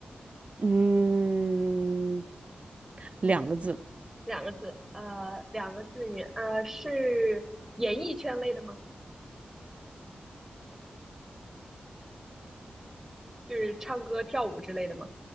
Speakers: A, on the right; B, in the centre.
A: 嗯，两个字。
B: <laughs> 两个字？呃，两个字女？呃，是演艺圈类的吗？就是唱歌、跳舞之类的吗？